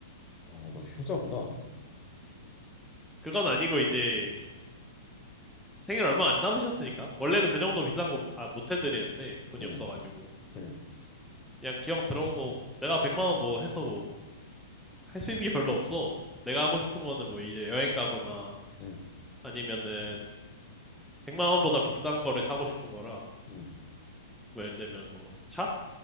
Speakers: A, on the left; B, in the centre.
A: 아, 너 효자구나.
B: 그건 아니고 이제 생일 얼마 안 남으셨으니까. 원래는 그 정도 비싼 거, 아, 못 해드리는데 돈이
A: 응,
B: 없어가지고.
A: 응,
B: 그냥 기왕 들어온 거 내가 100만 원 뭐 해서 뭐 할 수 있는 게 별로 없어. 내가 하고 싶은 거는 뭐 이제 여행 가거나
A: 응,
B: 아니면은 100만 원보다 비싼 거를 사고 싶은 거라.
A: 응,
B: 뭐 예를 들면 뭐 차?